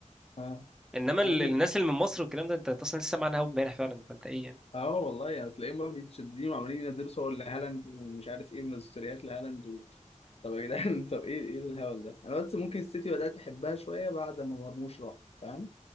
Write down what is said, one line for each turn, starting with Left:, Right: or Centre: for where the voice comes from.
Left: اه
Centre: انما ال-
Left: انا
Centre: الناس اللي من مصر والكلام ده انت أنت اصلا لسه معانا اول امبارح فعلا فانت ايه يعني
Left: اه والله يعني تلاقيهم بقى متشددين وعمالين ينزلوا صور لهالاند ومش عارف ايه من ستوريات لهالاند و... طب يا جدعان <laughs> طب ايه ايه الهبل ده انا بس ممكن السيتي بدأت احبها شوية بعد ما مرموش راح فاهم